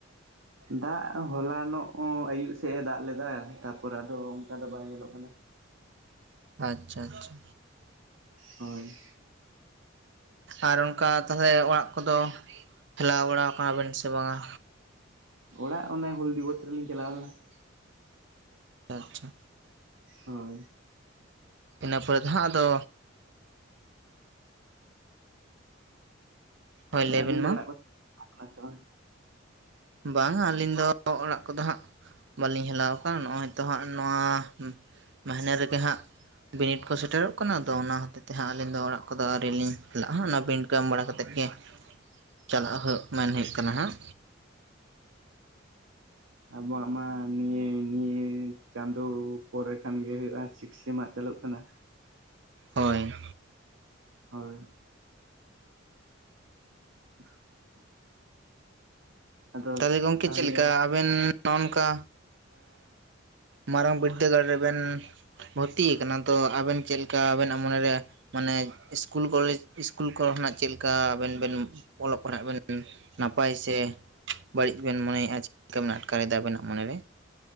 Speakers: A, on the right; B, on the right.
A: ᱫᱟᱜ ᱦᱚᱞᱟᱱᱚᱜ ᱟᱹᱭᱩᱵ ᱥᱮᱫ ᱮ ᱫᱟᱜ ᱞᱮᱫᱟ᱾ ᱛᱟᱯᱚᱨᱮ ᱟᱫᱚ ᱚᱱᱠᱟ ᱫᱚ ᱵᱟᱭ ᱧᱮᱞᱚᱜ ᱠᱟᱱᱟ?
B: ᱟᱪᱪᱷᱟ ᱟᱪᱪᱷᱟ
A: ᱦᱚᱭ
B: ᱟᱨ ᱚᱱᱠᱟ ᱛᱟᱦᱚᱞᱮ, ᱚᱲᱟᱜ ᱠᱚᱫᱚ ᱴᱮᱞᱟᱣ ᱵᱟᱲᱟᱣ ᱠᱟᱱᱟᱵᱱ ᱥᱮ ᱵᱟᱝᱟ?
A: ᱚᱲᱟᱜ ᱚᱱᱟ ᱦᱩᱞ ᱫᱤᱵᱚᱥ ᱨᱮᱞᱤᱧ ᱪᱟᱞᱟᱣ ᱞᱮᱱᱟ ᱾
B: ᱚ -ᱟᱪᱪᱷᱟ
A: ᱦᱳᱭ
B: ᱤᱱᱟᱹ ᱯᱚᱨᱮ ᱫᱚ ᱦᱟᱸᱜ ᱟᱫᱚ ᱦᱳᱭ ᱞᱟᱹᱭ
A: ᱟᱹᱵᱤᱱ
B: ᱵᱤᱱ
A: ᱫᱚ
B: ᱢᱟ
A: ᱚᱲᱟᱜ ᱠᱚ ᱪᱟᱞᱟᱣ ᱠᱟᱱᱟ ᱥᱮ ᱵᱟᱝ-ᱟ?
B: ᱵᱟᱝᱟ ᱟᱹᱞᱤᱧ ᱫᱚ ᱚᱲᱟᱜ ᱠᱚᱫᱚ ᱦᱟᱸᱜ, ᱵᱟᱹᱞᱤᱧ ᱦᱮᱞᱟᱣ ᱠᱟᱱ ᱱᱚᱜᱼᱚᱭ ᱛᱚ ᱦᱟᱸᱜ ᱱᱚᱣᱟ ᱢᱟᱹᱦᱱᱮᱹ ᱨᱮᱜᱮ ᱦᱟᱸᱜ ᱵᱤᱱᱤᱰ ᱠᱚ ᱥᱮᱴᱮᱨᱚᱜ ᱠᱟᱱᱟ ᱟᱫᱚ ᱚᱱᱟ ᱦᱚᱛᱮᱡ ᱛᱮᱦᱟᱸᱜ ᱟᱹᱞᱤᱧ ᱫᱚ ᱚᱲᱟᱜ ᱠᱚᱫᱚ ᱟᱣᱨᱤᱧ ᱞᱤᱧ ᱪᱟᱞᱟᱜᱼᱟ ᱾ ᱚᱱᱟ ᱵᱤᱤᱰ ᱠᱚ ᱮᱢ ᱵᱟᱲᱟ ᱠᱟᱛᱮᱫ ᱜᱮ ᱪᱟᱞᱟᱣ ᱦᱩᱭᱩᱜ, ᱢᱮᱱ ᱦᱩᱭᱩᱜ ᱠᱟᱱᱟ ᱦᱟᱸᱜ
A: ᱟᱵᱚᱣᱟᱜ ᱢᱟ ᱱᱤᱭᱟᱹ ᱱᱤᱭᱟᱹ ᱪᱟᱸᱫᱳ ᱯᱚᱨᱮ ᱠᱷᱟᱱ ᱜᱮ ᱦᱩᱭᱩᱜᱼᱟ ᱾ ᱥᱤᱠᱥ ᱨᱮᱱᱟᱜ ᱪᱟᱹᱟ ᱞᱩᱜ ᱠᱟᱱᱟ ᱾
B: ᱦᱳᱭ
A: ᱦᱚᱭ <unintelligible> ᱟᱫᱚ
B: ᱛᱟᱦᱚᱞᱮ ᱜᱚᱝᱠᱮ
A: ᱛᱟᱦᱚᱞᱮ
B: ᱪᱮᱫ ᱞᱮᱠᱟ ᱟᱵᱮᱱ ᱱᱚᱜᱠᱟ, ᱱᱚᱝᱠᱟ ᱢᱟᱨᱟᱝ ᱵᱤᱨᱫᱫᱟᱹᱜᱟᱲ ᱨᱮᱵᱮᱱ ᱵᱷᱚᱨᱛᱤ ᱠᱟᱱᱟ ᱛᱚ ᱟᱵᱮᱱ ᱪᱮᱫ ᱪᱮᱫ ᱞᱮᱠᱟ ᱟᱵᱮᱱᱟᱜ ᱢᱚᱱᱮ ᱨᱮ, ᱢᱟᱱᱮ ᱤᱥᱠᱩᱞ ᱠᱚᱞᱮᱡᱽ ᱤᱥᱠᱩᱞ ᱠᱚᱨᱮᱱᱟᱜ ᱪᱮᱫ ᱞᱮᱠᱟ ᱟᱵᱮᱱ ᱵᱮᱱ ᱚᱞᱚᱜ ᱯᱟᱲᱦᱟᱜ ᱵᱮᱱ ᱱᱟᱯᱟᱭ ᱥᱮ ᱵᱟᱹᱲᱤᱡ ᱵᱮᱱ ᱢᱚᱱᱮᱭ-ᱟ ᱪᱮᱫ ᱞᱮᱠᱟ ᱵᱮᱱ ᱟᱴᱠᱟᱨᱮᱫᱟ ᱟᱵᱮᱱᱟᱜ ᱢᱚᱱᱮ ᱨᱮ?